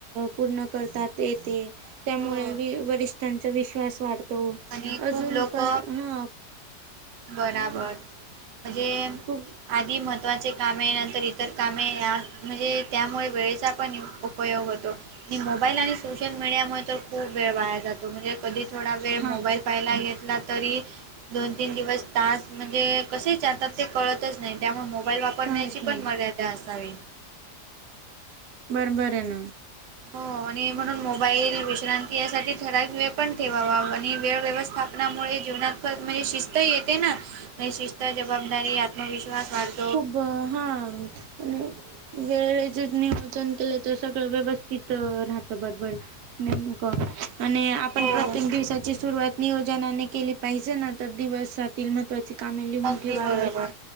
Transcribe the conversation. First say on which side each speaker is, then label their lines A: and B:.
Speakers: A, on the right (about 70°); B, on the right (about 90°).
A: पूर्ण करतात येते. त्यामुळे
B: हो
A: वी वरिष्ठांचा विश्वास वाढतो
B: आणि
A: अजून
B: खूप लोक
A: पण हा
B: बराबर
A: हा
B: म्हणजे
A: <unintelligible>
B: आधी महत्त्वाचे कामे नंतर इतर कामे म्हणजे त्यामुळे वेळेचा पण उपयोग होतो आणि मोबाईल आणि सोशल मीडियामुळे तर खूप वेळ वाया जातो म्हणजे कधी थोडा वेळ
A: हा
B: मोबाईल पाहिला घेतला तरी दोन तीन दिवस तास म्हणजे कसे जातात ते कळतच नाही त्यामुळे मो बाईल वापरण्याची
A: कळत नाही
B: पण मर्यादा असावी
A: बरोबर आहे ना
B: हो आणि म्हणून मोबाईल विश्रांती यासाठी ठराविक वेळ पण ठेवावा आणि वेळ व्यवस्था पणामुळे जीवनातपण म्हणजे शिस्त येते ना म्हणजे शिस्त जबाबदारी आत्मविश्वास वाढते
A: खूप हा म्ह वेळेचेच नियोजन केलं तर सगळं व्यवस्थित राहतं बरोबर नेमक आणि आपण
B: हो
A: प्रत्येक दिवसाची सुरुवात नियोजनाने केली पाहिजे ना तर दिवसातील महत्त्वाची का लिहून
B: अगदी
A: ठेवा
B: बरोबर